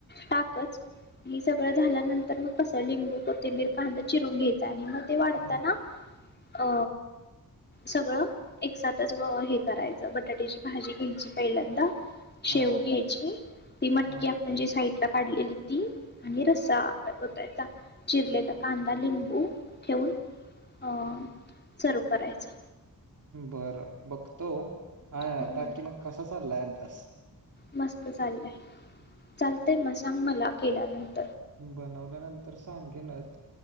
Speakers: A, on the left; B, on the right.
A: टाकच. हे सगळं झाल्यानंतर मग कस लिंबू, कोथिंबीर, कांदा चिरून घ्यायचा आणि मग ते वाढताना
B: हा
A: अ सगळं एकसाथच हे करायचं बटाट्याची भाजी घ्यायची पहिल्यांदा शेव
B: हा
A: घ्यायची ती मटककी
B: हा
A: आपण जे साई -- साईटला काढलेली ती आणि रसा त्यात ओतायचा. चिरलेल कांदा लिंबू ठेऊन अ सर्व करायचं.
B: बरं बघतो हा
A: हम्म
B: बाकी मग कसा चाललाय अभ्यास
A: मस्त चाललंय चालत म सांग मला केला न --
B: बनवल्यानंतर सांगे न --